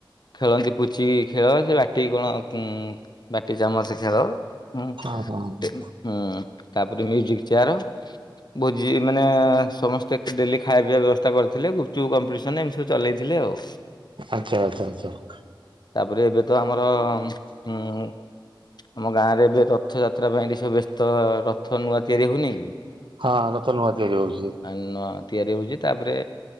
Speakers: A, on the left; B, on the right.
A: ଖେଳନ୍ତି ପୁଚିକି ଖେଳ ସେ ବାଟି କଣ ବାଟି ଚାମଚ ଖେଳ। ହୁଁ <unintelligible>
B: ହଁ ହଁ
A: ହୁଁ ତାପରେ ମ୍ୟୁଜିକ୍ ଚେୟାର, ଭୋଜି ମାନେ ସମସ୍ତେ ଡେଲି ଖାଇବା ପିଇବା ବ୍ୟବସ୍ଥା କରିଥିଲେ, ଗୁପଚୁପ୍ କମ୍ପିଟିସନ ଏମିତି ସବୁ ଚଲେଇଥିଲେ ଆଉ।
B: ଆଚ୍ଛା, ଆଚ୍ଛା, ଆଚ୍ଛା।
A: ତାପରେ ଏବେ ତ ଆମର ଉଁ ଆମ ଗାଁରେ ଏବେ ରଥଯାତ୍ରା ପାଇଁ ଏଠି ସବୁ ବ୍ୟସ୍ତ ରଥ ନୂଆ ତିଆରି ହଉନି କି?
B: ହଁ ରଥ ନୂଆ ତିଆରି ହଉଚି।
A: ଆ ନୁଆ ତିଆରି ହଉଛି ତାପରେ